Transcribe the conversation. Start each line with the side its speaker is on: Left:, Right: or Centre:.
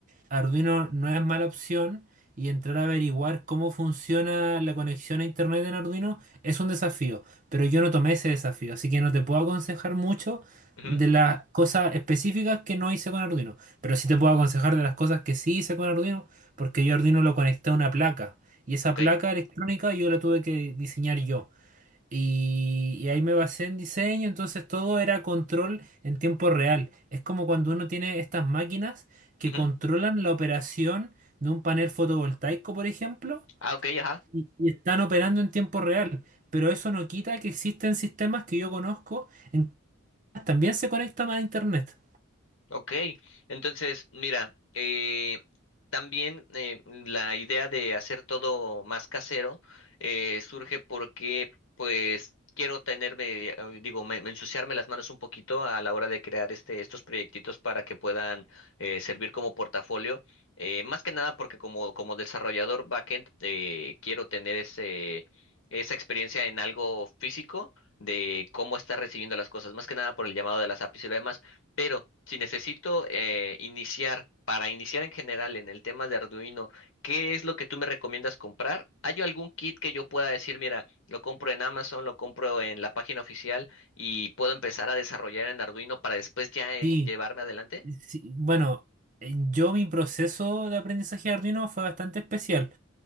Right: Arduino no es mala opción y entrar a averiguar cómo funciona la conexión a internet en Arduino es un desafío, pero yo no tomé ese desafío, así que no te puedo aconsejar mucho
Left: ujú,
Right: de las cosas específicas que no hice con Arduino, pero sí te puedo aconsejar de las cosas que sí hice con Arduino, porque yo Arduino lo conecté a una placa y esa
Left: Ok.
Right: placa electrónica yo la tuve que diseñar yo. Y, y ahí me basé en diseño, entonces todo era control en tiempo real. Es como cuando uno tiene estas máquinas que
Left: ujú.
Right: controlan la operación de un panel fotovoltaico, por ejemplo,
Left: Ah, ok, ajá.
Right: y, y están operando en tiempo real. Pero eso no quita que existen sistemas que yo conozco en que también se conectan a internet.
Left: Ok, entonces, mira, eh, también eh, la idea de hacer todo más casero eh, surge porque, pues, quiero tenerme, eh, digo, me- me ensuciarme las manos un poquito a la hora de crear este, estos proyectitos para que puedan eh, servir como portafolio. Eh, más que nada porque como, como desarrollador backend eh, quiero tener ese, esa experiencia en algo físico de cómo está recibiendo las cosas, más que nada por el llamado de las APIs y lo demás. Pero si necesito eh, iniciar, para iniciar en general en el tema de Arduino, ¿qué es lo que tú me recomiendas comprar? ¿Hay algún kit que yo pueda decir, mira, lo compro en Amazon, lo compro en la página oficial y puedo empezar a desarrollar en Arduino para después ya eh,
Right: Sí,
Left: llevarme adelante?
Right: sí, bueno, eh, yo mi proceso de aprendizaje de Arduino fue bastante especial.